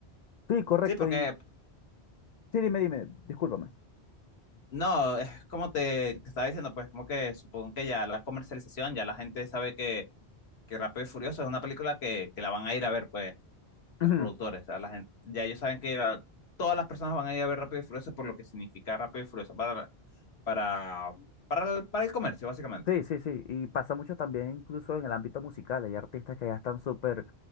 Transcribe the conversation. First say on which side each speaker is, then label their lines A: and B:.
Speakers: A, on the left; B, on the left.
A: Sí, correcto.
B: sí, porque,
A: Y sí, dime, dime, discúlpame.
B: no, es como te, te estaba diciendo, pues como que supongo que ya la comercialización, ya la gente sabe que, que Rápido y Furioso es una película que, que la van a ir a ver, pues, los
A: Ujú.
B: productores, o sea, la gente, ya ellos saben que la- todas las personas van a ir a ver Rápido y Furioso por lo que significa Rápido y Furioso para, para, para el, para el comercio, básicamente.
A: Sí, sí, sí. Y pasa mucho también incluso en el ámbito musical. Hay artistas que ya están súper